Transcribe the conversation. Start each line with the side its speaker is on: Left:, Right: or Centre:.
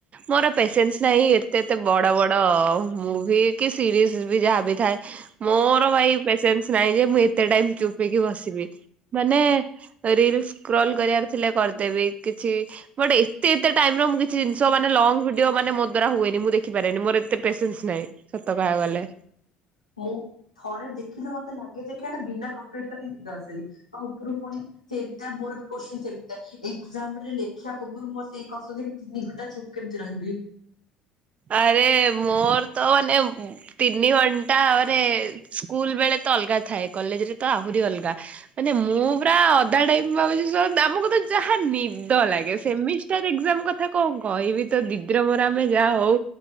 Right: ମୋର ପେସେନ୍ସ ନାହିଁ ଏତେ ଏତେ ବଡ଼ ବଡ଼ ମୁଭି କି ସିରିଏସବି ଯାହାବି ଥାଏ ମୋର ଭାଇ ପେସେନ୍ସ ନାଇଁଯେ ମୁଁ ଏତେ ଟାଇମ୍ ଚୁପ୍ ହେଇକି ବସି ଥିବି ମାନେ ରିଲସ୍ ସ୍କ୍ରୋଲ୍ କରିବାର ଥିଲେ କରିଦେବି କିଛି ବଟ୍ ଏତେ ଏତେ ଟାଇମର ମୁଁ କିଛି ଜିନିଷ ମାନେ ଲଙ୍ଗ ଭିଡ଼ିଓ ମାନେ ମୋ ଦ୍ୱାରା ହୁଏନି ମୁଁ ଦେଖିପାରେନି ମୋର ଏତେ ପେସନ୍ସ ନାହିଁ। ସତ କହିବାକୁ ଗଲେ।
Left: ମୁଁ ଥରେ ଦେଖିଲେ ମତେ ଲାଗେଯେ ଦେଖିବା ଏଟା ବିନା କମ୍ପ୍ଲିଟ କରି ନିଦ ଆସେନି ଆଉ ଉପରୁ ପୁଣି ସେଇଟା <unintelligible> ଏକ୍ଜାମରେ ଲେଖିବା ପୂର୍ବରୁ ମତେ କଷ୍ଟଯେ ତିନି ଘଣ୍ଟା ଚୁପ୍ କେମିତି ରହିବି।
Right: ଆରେ ମୋରତ ମାନେ ତିନି ଘଣ୍ଟାରେ ସ୍କୁଲ୍ ବେଳେତ ଅଲଗା ଥାଏ କଲେଜରେତ ଆହୁରି ଅଲଗା ମାନେ ମୁଁ ପୁରା ଅଧା ଟାଇମ୍ ଭାବୁଚି ଆମକୁତ ଯାହା ନିଦ ଲାଗେ ସେମିଷ ର ଏଗ୍ଜାମ୍ କଥା କଣ କହିବି ତ ଦିଦିର ମୋର ଆମେ ଯାହା ହଉ